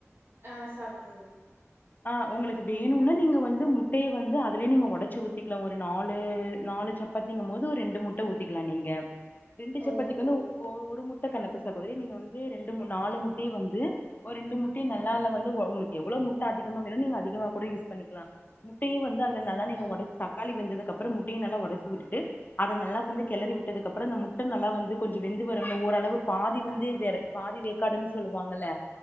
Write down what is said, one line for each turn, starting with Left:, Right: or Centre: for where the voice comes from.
Right: ஆ சாப்பிடுவே
Left: ஆ உங்களுக்கு வேணுன்னா நீங்க வந்து முட்டையே வந்து அதுலயே நீங்க ஒடைச்சி ஊத்திக்கலா ஒரு நாலு நாலு ச ப்பாத்திங்கம் போது ஒரு ரெண்டு முட்ட ஊத்திக்கலா நீங்க ரெண்டு சப்பத்திக்கு
Right: ஓஹோ
Left: வந்து ஒரு ஒரு முட்ட கணக்கு சகோதரி நீங்க வந்து ரெண்டு நாலு முட்டையு வந்து ஒரு ரெண்டு முட்டையு நல்லால்ல
Right: ம்
Left: வந்து உங்களுக்கு எவ்ளோ முட்ட அதிகமா வேணு நீங்க அதிகமா கூட யூஸ் பண்ணிக்கலா முட்டையு வந்து அதுல நல்லா
Right: ம்ஹூம்
Left: நீங்க ஒடைச்சு தக்காளி வெந்ததுக்கு அப்புறம் முட்டையேயு நல்லா ஒடைச்சு விட்டுட்டு அத நல்லா வந்து கெளறி விட்டதுக்கப்புறோ
Right: ம்
Left: இந்த முட் ட நல்லா வந்து கொஞ்சோ வெந்து வரணு ஓரளவு பாதி வந்து வேற பாதி வெக்காடுன்னு சொல்லுவாங்கல்ல